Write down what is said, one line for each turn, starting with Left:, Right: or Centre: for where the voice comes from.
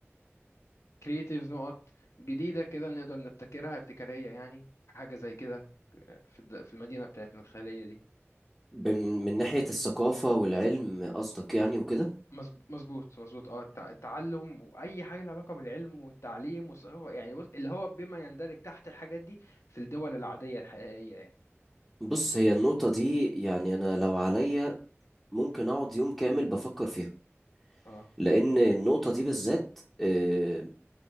Left: كرييتيف نقط جديدة كده نقدر نبتكرها ابتكارية يعني في حاجة زي كده آه، في الد- في المدينة بتاعتنا الخيالية دي
Centre: بن- من ناحيه الثقافه والعلم قصدك يعني وكده
Left: مظب- مظبوط مظبوط اه التع- التعلم واي حاجه لها علاقه بالعلم والتعليم والثقافه يعني بص اللي هو بما يندرج تحت الحاجات دي في الدول العاديه الحقيقيه يعني
Centre: بص هي النقطه دي يعني انا لو عليا ممكن اقعد يوم كامل بفكر فيها
Left: اه
Centre: لان النقطه دي بالذات آه،